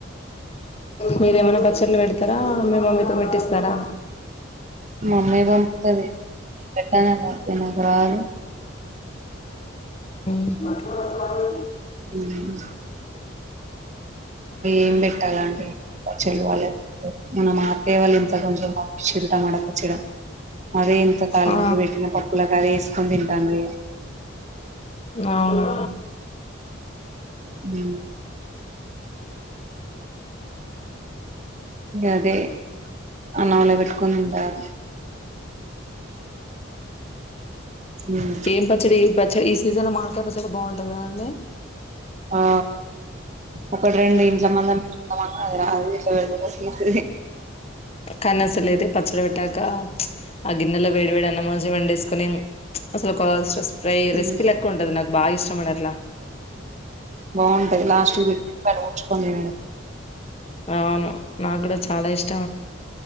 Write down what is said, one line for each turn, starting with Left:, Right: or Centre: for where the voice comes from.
Left: మీరేమైనా పచ్చళ్లు పెడతారా మీ మమ్మీతో మెట్టిస్తారా
Right: మా అమ్మయి పంపుతుంది పెట్టానులాపో నాకు రాదు
Left: మ
Right: హమ్ ఏం పెట్టాలండి చెలి వాళ్ళే మన మాతయ వాళ్ళు ఇంత కొంచెంచ్చడటం అడ కూచ్చడం అదే ఇంత తళింపు
Left: ఆ
Right: పెట్టిన పప్పులలకు అదే వేసుకొని తింటాను
Left: అవునా
Right: హ అదే అన్నావల పెట్టుకోనుండారు ఉమ్
Left: ఏం పచ్చడి పచ్చడి ఈ సీజన్ లో మార్కాయ పచ్చడి బాగుంటందండి
Right: ఆ ఒకటి రెండు ఇంట్ల మంద పెట్టుకుంటామ అదిలు
Left: కానీ అసలుయితే పచ్చడి పెట్టాక ఆ గిన్నెలో వేడి వేడి అన్నమాజ వం వేసుకొని అసలు స్ట్రెస్ ఫ్రై రెసిపీ
Right: ఉమ్,
Left: లెక ఉంటదు నాకు బాగా ఇష్టమడిట్లా
Right: బాగుంటాది లాస్ట్ వీ. ట్ నెంకాడ డ్చుకని
Left: అవును నాకు కూడా చాలా ఇష్